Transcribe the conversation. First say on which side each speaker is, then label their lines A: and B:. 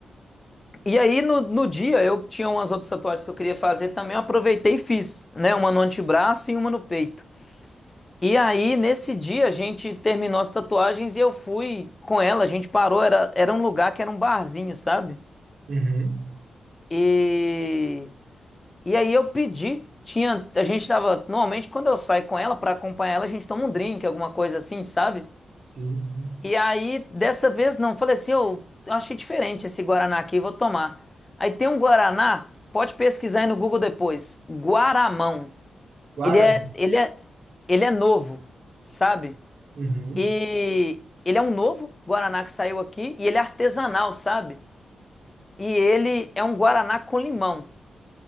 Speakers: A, on the left; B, on the right.
A: E aí, no, no dia, eu tinha umas outras tatuagens que eu queria fazer também, eu aproveitei e fiz, né? Uma no antebraço e uma no peito. E aí, nesse dia, a gente terminou as tatuagens e eu fui com ela, a gente parou, era, era um lugar que era um barzinho, sabe?
B: Uhum.
A: E, e aí eu pedi, tinha, a gente tava, normalmente quando eu saio com ela pra acompanhar ela, a gente toma um drink, alguma coisa assim, sabe?
B: Sim, sim.
A: E aí, dessa vez não, falei assim, eu achei diferente esse Guaraná aqui, vou tomar. Aí tem um Guaraná, pode pesquisar aí no Google depois, Guaramão.
B: Claro,
A: Ele é, ele é, ele é novo, sabe?
B: Uhum.
A: E ele é um novo Guaraná que saiu aqui e ele é artesanal, sabe? E ele é um Guaraná com limão.